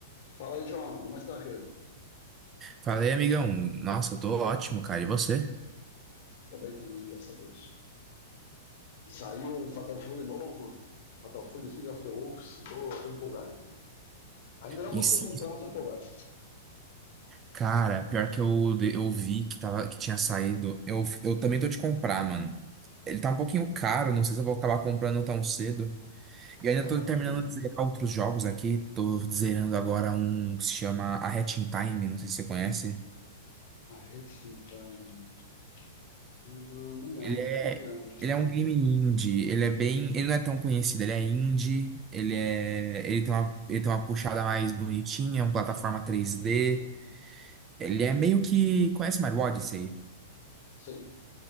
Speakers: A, on the left; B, on the right.
A: Fala aí, João. Como está, querido?
B: Falei, amigão. Nossa, eu tô ótimo, cara. E você?
A: Tô bem também, graças a Deus. Saiu o Fatal Fury novo. Fatal Fury Seed of the Wolves. Tô, tô empolgado aqui. Ainda não
B: E
A: consigo
B: se...
A: comprar, mas tô empolgado.
B: Cara, pior que eu, de- eu vi que, tava, que tinha saído. Eu, eu também tô de comprar, mano. Ele tá um pouquinho caro, não sei se eu vou acabar comprando tão cedo. E ainda
A: Tá,
B: tô
A: tá
B: terminando
A: caro mesmo.
B: de zerar outros jogos aqui. Tô zerando agora um que se chama A Hatching Time, não sei se você conhece.
A: A Hexenkine. Hum, não lembro.
B: Ele é,
A: Não lembro.
B: ele é um game indie, ele é bem, ele não é tão conhecido, ele é indie, ele é, ele tem uma, ele tem uma puxada mais bonitinha, é uma plataforma 3D, Ele é meio que. Conhece Mario Odyssey?
A: Sei.